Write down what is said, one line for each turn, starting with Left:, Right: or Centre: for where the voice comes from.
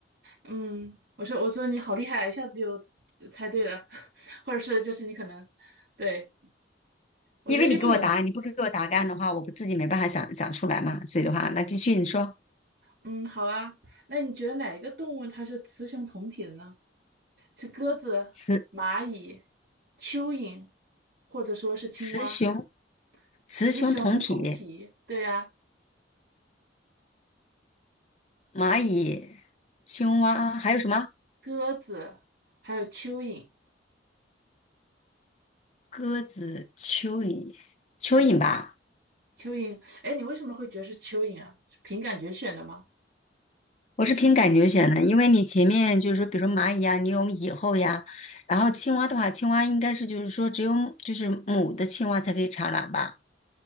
Right: 嗯，我说我说你好厉害，一下子就猜对了，<laughs> 或者是就是你可能，对，我觉得因为冷，
Left: 因为你给我答案，你不给我答案的话，我不自己没办法想想出来嘛。所以的话，那继续你说，
Right: 嗯，好啊，那你觉得哪一个动物它是雌雄同体的呢？是鸽子、
Left: 雌
Right: 蚂蚁、蚯蚓，或者说是青蛙？
Left: 雌雄雌雄同体，
Right: 雌雄同体，对呀、
Left: 蚂蚁、青蛙还有什么？
Right: 鸽子还有蚯蚓，
Left: 鸽子、蚯蚓、蚯蚓吧。
Right: 蚯蚓，哎，你为什么会觉得是蚯蚓啊？是凭感觉选的吗？
Left: 我是凭感觉选的，因为你前面就是说，比如说蚂蚁呀、你有蚁后呀，然后青蛙的话，青蛙应该是就是说只有母就是母的青蛙才可以产卵吧。